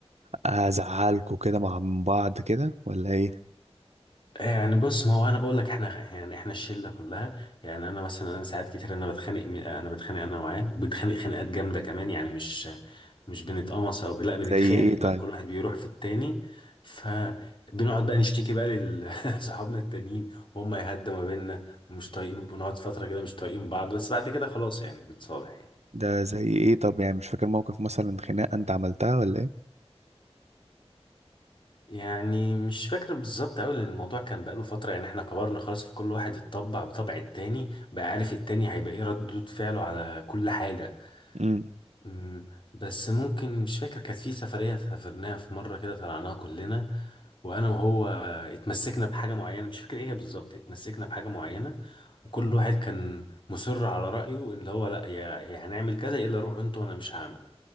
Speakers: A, on the right; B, on the left.
A: آه، زعلكوا كده مع من بعض كده ولا ايه
B: يعني بص ما هو انا بقول لك احنا يعني احنا الشله كلها يعني انا مثلا انا ساعات كتير انا بتخانق م- انا بتخانق انا معاه بنتخانق خناقات جامده كمان يعني مش مش بنتقمص او لا بنتخانق
A: زي ايه طيب
B: بقى كل واحد بيروح في التاني فبنقعد بقى نشتكي بقى لصحابنا <laughs> التانيين وهم يهدوا ما بيننا ومش طايقين بنقعد فتره كده مش طايقين بعض بس بعد كده خلاص يعني بنتصالح يعني
A: ده زي ايه طب يعني مش فاكر موقف مثلا خناقه انت عملتها ولا ايه
B: يعني مش فاكر بالظبط أوي لأن الموضوع كان بقاله فترة يعني احنا كبرنا خلاص فكل واحد اتطبع بطبع التاني بقى عارف التاني هيبقى ايه ردود فعله على كل حاجة
A: امم
B: أمم، بس ممكن مش فاكر كانت في سفرية سافرناها في مرة كده طلعناها كلنا وأنا وهو اتمسكنا بحاجة معينة مش فاكر ايه هي بالظبط اتمسكنا بحاجة معينة وكل واحد كان مصر على رأيه اللي هو لأ يا يا هنعمل كذا يا إلا روح انت وأنا مش هعمل